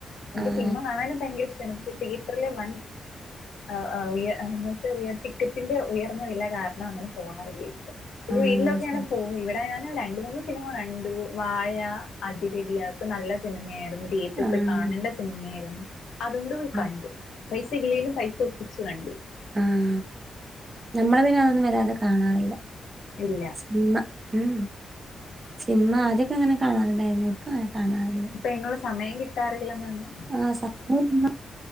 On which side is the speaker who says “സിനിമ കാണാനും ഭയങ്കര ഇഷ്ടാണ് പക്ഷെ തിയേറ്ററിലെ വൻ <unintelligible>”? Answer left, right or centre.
Left